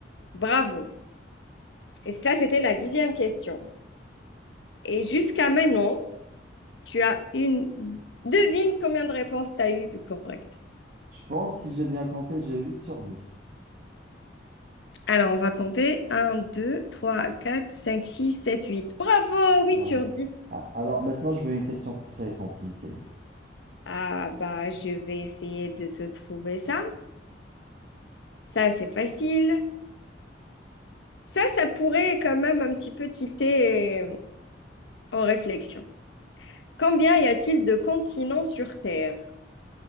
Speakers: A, on the left (about 80°); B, on the right (about 50°).
A: Bravo. Et ça, c'était la dixième question. Et jusqu'à maintenant, Tu as une... Devine combien de réponses tu as eu de correct.
B: Je pense, si j'ai bien compté, j'ai 8 sur dix.
A: Alors, on va compter. un deux trois quatre cinq six sept 8. Bravo, 8
B: Ouais.
A: sur 10.
B: Ah, Alors maintenant, je veux une question très compliquée.
A: Ah, bah, je vais essayer de te trouver ça. Ça, c'est facile. Ça, ça pourrait quand même un petit peu tilter euh, en réflexion. Combien y a-t-il de continents sur Terre?